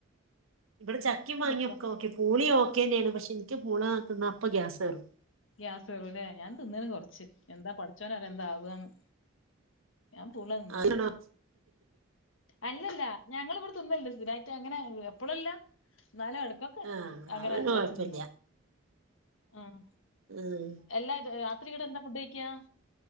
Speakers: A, on the right; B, on the left.
A: ഇബടെ ചക്കിം മാങ്ങ്യൊക്ക
B: ഇഷ്ടാ
A: ഓക്കെ പൂളിം ഓക്കേന്ന്യാണ് പഷിൻക്ക് പൂള തിന്ന അപ്പ ഗ്യാസേറും
B: ഗ്യാസേറൂലേ ഞാൻ തിന്നിണ് കൊർച്ച് എന്താ പടച്ചോനറിയാ എന്താവാന്ന്. ഞാൻ പൂള തിന്ന്
A: ആണോ
B: അല്ലല്ല ഞങ്ങളിവിടെ തിന്നിൽണ്ട് സ്ഥിരായിട്ടങ്ങന എപ്പൊളല്ല ഇന്നാലും എടക്ക
A: ആഹ്
B: അങ്ങന
A: അതോണ്ട് കൊഴപ്പല്ല
B: വെച്ച് തിന്നു ഉം.
A: ഉം.
B: എല്ലാ രാ രാത്രി ഇന്നിട്ടെന്താ ഫുഡ്ഡയ്ക്ക്യാ